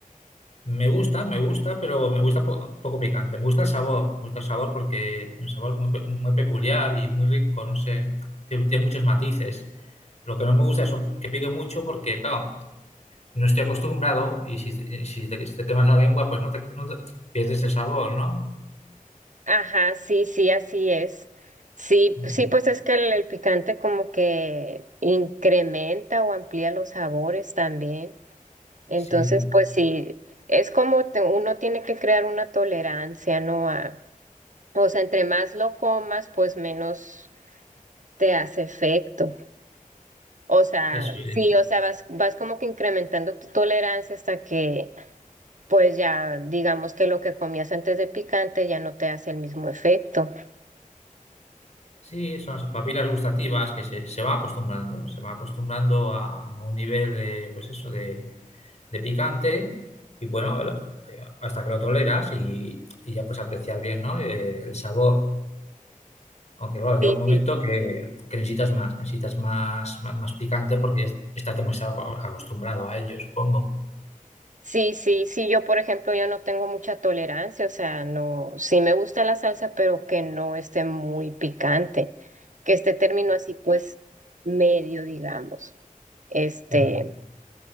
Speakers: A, on the left; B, on the right.
A: Me gusta, me gusta, pero me gusta po- poco picante. Me gusta el sabor, me gusta el sabor porque tiene un sabor muy, pe- muy peculiar y muy rico, no sé, tiene tiene muchos matices. Lo que no me gusta es que pique mucho porque, claro, no estoy acostumbrado y si, te- si te, si te quemas la lengua, pues no te, no te- pierdes el sabor, ¿no?
B: Ajá, sí, sí, así es. Sí,
A: Mm,
B: p- sí, pues es que el, el picante como que incrementa o amplía los sabores también. Entonces,
A: Sí,
B: pues sí, es como te- uno tiene que crear una tolerancia, ¿no? A, o sea, entre más lo comas, pues menos te hace efecto. O sea,
A: eso
B: sí,
A: es.
B: o sea, vas, vas como que incrementando tu tolerancia hasta que, pues ya, digamos que lo que comías antes de picante ya no te hace el mismo efecto.
A: Sí, son las papilas gustativas que se, se van acostumbrando, se van acostumbrando a, a un nivel de, pues eso, de, de picante y bueno, el- eh, hasta que lo toleras y, y ya puedes apreciar bien, ¿no? Eh, El sabor. Aunque claro, llega
B: Sí,
A: un momento
B: sí.
A: que, que necesitas más, necesitas más, más, más picante porque es- estás demasiado acostumbrado a ello, supongo.
B: Sí, sí, sí, yo por ejemplo yo no tengo mucha tolerancia, o sea, no, sí me gusta la salsa, pero que no esté muy picante, que esté término así pues medio, digamos. Este,
A: Mm,